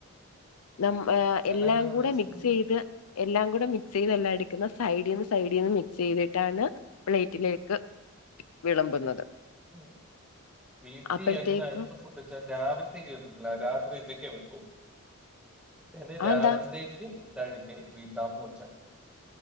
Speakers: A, on the left; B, in the centre.
A: ദം ഹ്
B: ഞാനങ്ങനെ
A: എല്ലാം കൂടെ
B: വെഷം
A: മിക്സീത് എല്ലാം കൂടെ മിക്സീത് എല്ല എട്ക്ക്ന്ന് സൈഡീന്ന് സൈഡീന്ന് മിക്സീതിട്ടാണ് പ്ലെെറ്റിലേക്ക് വിളമ്പ്ന്നത്
B: ആഹ് ബി എസ്
A: അപ്പോഴത്തേക്കും
B: ടി എല്ല എന്ത് ഫുഡ് വെച്ചാ രാവിൽത്തേക്ക് വെക്കില്ല രാത്രിൽത്തേക്കെ വെക്കൂ എന്നെ
A: ആ
B: രാവിൽത്തേക്ക്
A: എന്താ
B: താഴീട്ടേ വീൽത്താ പോച്ച